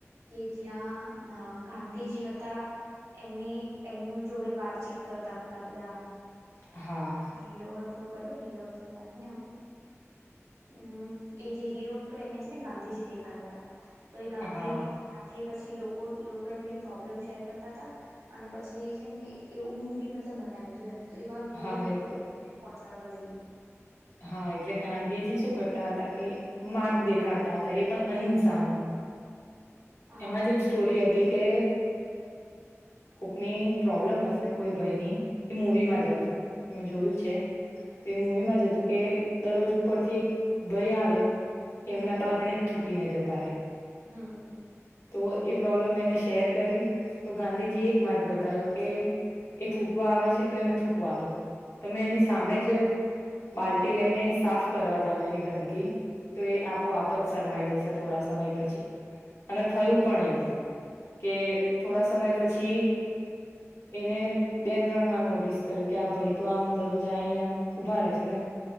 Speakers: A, on the right; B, on the left.
A: કે જ્યાં ગાંધીજી હતા એમની એમનું જોડે વાતચીત કરતા હતા બધા
B: હા
A: હીરો હોત તો કયો હીરો હતો યાદ નહી આવતું હમ એ જે હીરો હતો એને ને ગાંધીજી દેખાતા તા. તો એ ગાંધીની
B: હા
A: સાથે પછી લોકો લોકો એમની પ્રોબ્લેમ શેર કરતા હતા. અને પછી જે છે ને એવું મુવી મતલબ બનાવ્યું તું એમ તો એવા મૂવી
B: હા હે
A: લોકો
B: તે
A: <unintelligible> કાઢવા જોઈએ
B: હા એટલે ગાંધીજી શું કરતા હતા કે, માર્ગ દેખાડતા હતા. એ પણ અહિંસાનો.
A: હા
B: એમાં જ એક સ્ટોરી હતી કે કોકની પ્રોબ્લમ હશે કોઈ ભાય ની એ મુવી માંજ હતું મે જોયું
A: હમ
B: છે. તે મૂવી માં જ હતું કે દરરોજ ઉપરથી એક ભાય આવે
A: હમ
B: એમના બહારને જ થૂક કીને જતા રે.
A: હમ્મ.
B: તો એ પ્રોબ્લેમ એને શેર કરી તો ગાંધીજી એ માર્ક બતાવે કે એ થૂકવા આવે છે તો એને થૂકવા દો. તમને
A: હમ
B: એની સામે જ બાલ્ટી લઈને સાફ કરવા જાવ એની ગંદકી. તો એ આપોઆપ જ શરમાઈ જશે થોડા સમય પછી અને થયું પણ એવું. કે થોડા સમય પછી છી એને બે ત્રણ વાર નોટિસ કર્યું. કે આ ભાઈ તો આમ દરરોજ આવીને આમ ઉભા રે છે ને